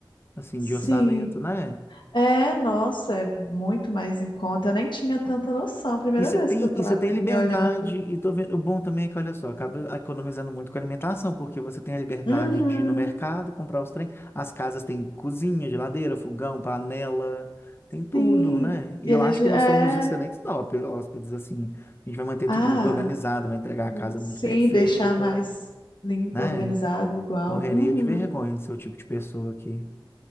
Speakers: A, on the left (about 25°); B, on the left (about 65°).
A: assim,
B: Sim.
A: de orçamento, né?
B: É, nossa, é muito mais em conta. Eu nem tinha tanta noção. Primeira
A: E você
B: vez
A: tem,
B: que eu tô
A: e você
B: abrindo
A: tem liberdade,
B: e olhando.
A: e tô vendo, o bom também é que, olha só, acaba economizando muito com alimentação, porque você tem a liberdade
B: Uhum.
A: de ir no mercado, comprar os trem, as casas têm cozinha, geladeira, fogão, panela, tem tudo,
B: Sim.
A: né? E
B: E
A: eu
B: a gente
A: acho que nós
B: é.
A: somos excelentes hóspe- hóspedes, assim, a gente vai manter
B: Ah,
A: tudo muito organizado, vai entregar
B: mu-
A: a casa
B: sim,
A: muito perfeita,
B: deixar mais limpo,
A: né?
B: organizado, igual.
A: Morreria
B: Uhum.
A: de vergonha de ser o tipo de pessoa que